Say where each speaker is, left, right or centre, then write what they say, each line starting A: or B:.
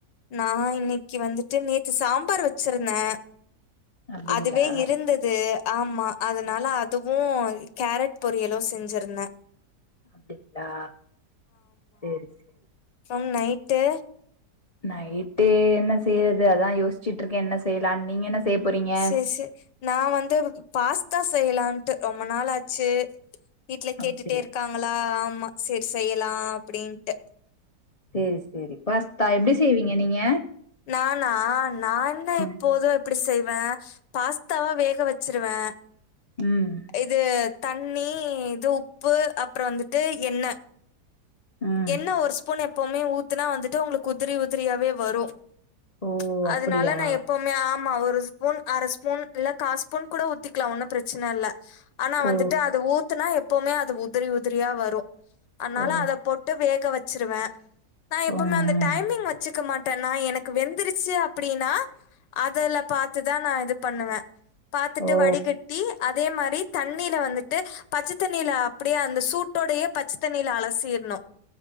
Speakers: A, on the left; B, on the left.
A: நா இன்னைக்கு வந்துட்டு நேத்து சாம்பார் வச் சுருந்தே
B: அப்டிங்களா
A: அதுவே இருந்தது ஆமா அதனால அதுவு கேரட் பொரியலு செஞ்சிருந்தே
B: அப்டிங்களா செரி செ ரி
A: ம் நைட்டு
B: நைட்டு என்ன செய்றது அதா யோச்சுட்டு இருக்கே என்ன செய்லானு நீங்க என்ன செய்ய போறீங்க
A: செரி செரி நா வந்து பாஸ்தா செய்லான்ட்டு ரொம்ப நாள் ஆச்சு வீட்ல கேட்டுட்டே
B: அப்டியா
A: இருக்காங்களா ஆமா செரி செய்யலா அப்டின்ட்டு
B: செரி செரி பாஸ்தா எப்டி செய்வீங்க நீங்க
A: நானா நா என்ன
B: ம்
A: எப்போது அப்டி செய்வே பாஸ்தாவ வேக வச்சுருவே
B: ம்
A: இது தண்ணி இது உப்பு அப்றோ வந்துட்டு எண்ண
B: ம்
A: எண்ண ஒரு ஸ்பூன் எ எப்பவுமே ஊத்துனா வந்துட்டு உங்களுக்கு உதிரி உதிரியாவே வரும்
B: ஓ
A: ச் அதுனால
B: அப்டியா
A: நான் எப்பவுமே ஆமா ஒரு ஸ்பூன் அர ஸ்பூன் இல்ல கா ஸ்பூன் கூட ஊத்திக்கலாம் ஒன்னும் பிரச்சனை இல்ல ஆனா
B: ஓ
A: வந்துட்டு அது ஊத்துனா எப்பவுமே அது உதிரி உதிரியா வரும் அதனால
B: ஓ
A: அத போட் க்க வச்சிருவேன் நான் எப்பவுமே
B: ம் ம்
A: அந்த டைமிங் வச்சுக்க மாட் டே நான் எனக்கு வெந்துருச்சு அப்டின்னா அதுல பாத்துதான் நான் இது பண்ணுவேன் பாத்துட்டு
B: ஓ
A: வடிகட்டி அ அதே மாரி தண்ணில வந்துட்டு பச்ச தண்ணில அப்டியே அந்த சூட் டோடயே பச்சத் தண்ணில அலசி சீர்ணும்